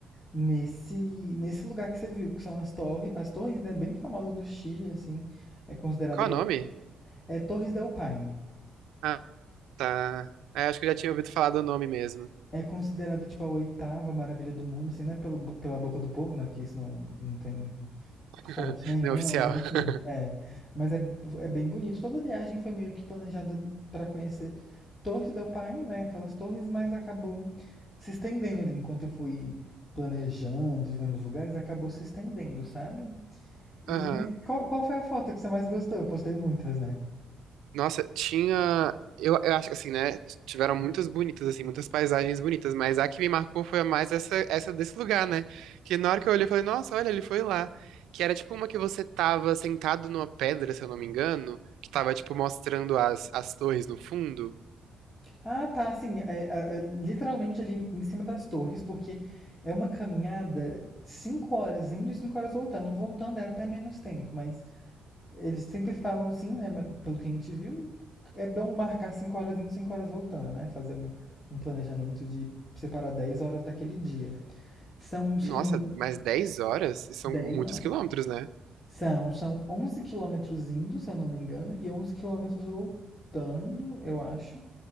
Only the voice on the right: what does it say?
Qual é o
nome?
Ah, tá. É, acho que eu já tinha ouvido falar do nome mesmo.
<laughs>
Não é oficial.
<laughs>
Aham.
Nossa, tinha. Eu, eu acho que assim, né? Tiveram muitas bonitas, assim, muitas paisagens bonitas, mas a que me marcou foi a mais essa, essa desse lugar, né? Que na hora que eu olhei, eu falei, nossa, olha, ele foi lá. Que era tipo uma que você tava sentado numa pedra, se eu não me engano, que tava, tipo, mostrando as, as torres no fundo.
Nossa,
mais 10 horas? São
muitos
quilômetros, né?